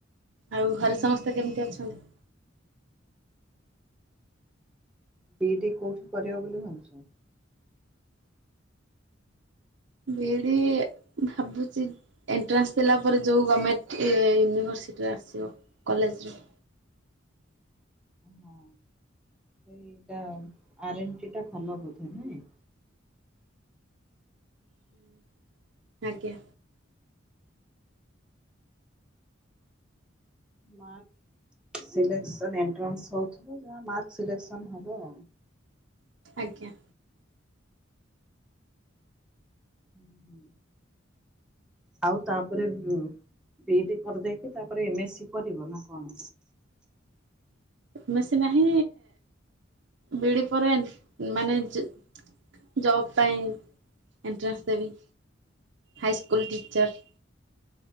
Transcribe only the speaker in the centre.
ବି ଇ ଡି କୋଉଠି କରିବ ବୋଲି ଭାବୁଚ?
ଅ ହଁ ସେଇଇଟା ଆର ଏନ ଟୀ ଟା ଖଲ ବୋଧେ ନାଇଁ।
ମାର୍ ସିଲେନ୍ସନ ଏଣ୍ଟ୍ରାନ୍ସ ହୋଉଥୁବ ଯାହା ମାର୍କ ସିଲେନ୍ସନ ହବ।
ହୁଁ ଆଉ ତାପରେ ବିଇଡୀ କରିଦେଇକି ତାପରେ ଏମ ଏ ସି କରିବ ନା କଣ?